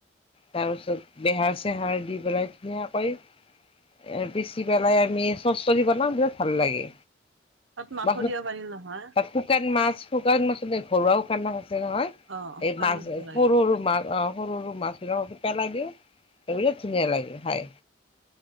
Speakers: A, on the left; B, on the right.
A: তাৰ পিছত বেহাৰ চেহাৰ দি পেলাই ধুনিয়াকৈ এ। পেচি পেলাই আমি চৰচলি বনাও বিৰাট ভাল লাগে।
B: তাত মাছো
A: বা
B: দিব পাৰি নহয়
A: শুকান মাছ। শুকান মাছৰ যে ঘৰুৱা শুকান মাছ আছে নহয়
B: অ', শুকান
A: এই মাছ
B: দিব লাগে
A: সৰু সৰু মাছ অ। সৰু সৰু মাছবিলাককো পেলাই দিওঁ <unintelligible> ধুনীয়া লাগে খাই।